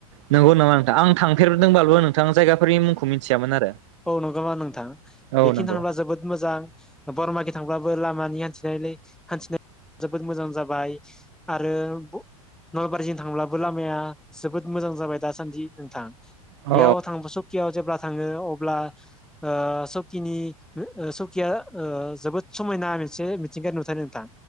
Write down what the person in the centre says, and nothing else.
औ नंगौमा नोंथां
बेखिनिनो
थांब्ला जोबोद मोजां बरमकि थांब्लाबो लामानि हान्थिनायलै हान्थिनाय जोबोद मोजां जाबाय आरो नलबारिजों थांब्लाबो लामाया जोबोद मोजां जाबाय दासान्दि नोंथां
बेयाव थां सकियाव जेब्ला थाङो अ ब्ला ओ सकिनि ओ सकिया जोबोद समायना मोनसे मिथिंगायारि नुथाय नोंथां।